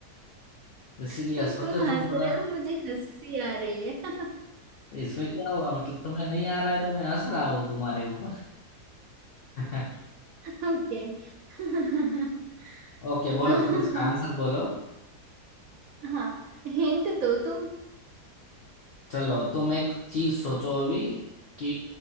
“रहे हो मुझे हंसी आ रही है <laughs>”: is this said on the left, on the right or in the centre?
Right